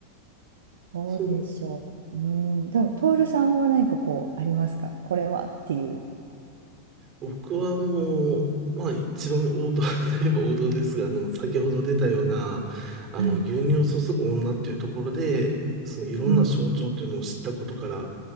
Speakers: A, on the right; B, on the right.
A: どうでしょう。
B: その、
A: うん、でもトールさんは何かこうありますかこれはっていう。
B: 僕はあの、まあ一番王道 <laughs> といえば王道ですが、あの、先ほど出たような、あの、
A: はい。
B: 牛乳を注ぐ女っていうところで、そのいろんな象徴というのを知ったことから、
A: うん、